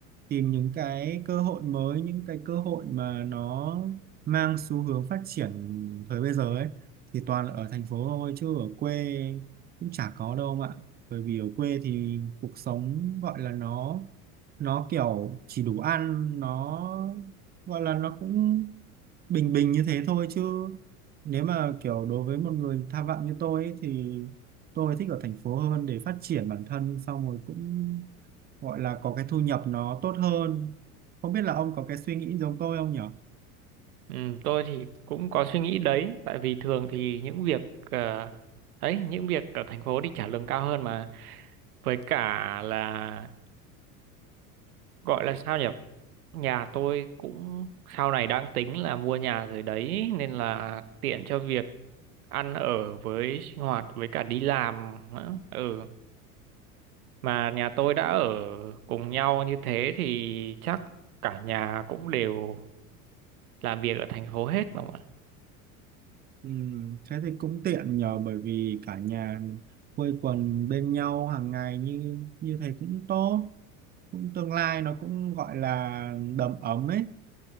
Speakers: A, on the right; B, on the right.
A: tìm những cái cơ hội mới những cái cơ hội mà nó mang xu hướng phát triển thời bây giờ ấy thì toàn là ở thành phố thôi chứ ở quê cũng chả có đâu mà bởi vì ở quê thì cuộc sống gọi là nó nó kiểu chỉ đủ ăn nó gọi là nó cũng bình bình như thế thôi chứ nếu mà kiểu đối với một người tham vọng như tôi ấy, thì tôi thích ở thành phố hơn để phát triển bản thân xong rồi cũng gọi là có cái thu nhập nó tốt hơn không biết là ông có cái suy nghĩ giống tôi không nhở
B: Ừ, tôi thì cũng có suy nghĩ đấy, tại vì thường thì những việc ờ, ấy những việc ở thành phố thì trả lương cao hơn mà với cả là gọi là sao nhỉ? Nhà tôi cũng sau này đang tính là mua nhà rồi đấy nên là tiện cho việc ăn ở với sinh hoạt với cả đi làm nữa. Ừ, mà nhà tôi đã ở cùng nhau như thế thì chắc cả nhà cũng đều làm việc ở thành phố hết đúng không ạ?
A: ừ, thế thì cũng tiện nhờ bởi vì cả nhà quây quần bên nhau hàng ngày như như thế cũng tốt cũng tương lai nó cũng gọi là đầm ấm ấy